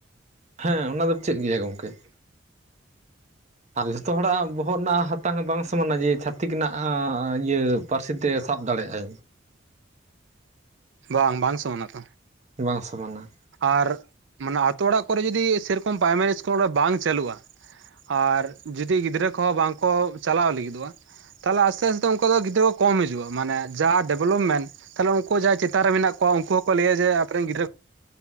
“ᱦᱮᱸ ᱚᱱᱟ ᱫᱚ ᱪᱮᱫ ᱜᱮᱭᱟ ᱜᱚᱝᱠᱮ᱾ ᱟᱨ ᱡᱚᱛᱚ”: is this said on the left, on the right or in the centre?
Right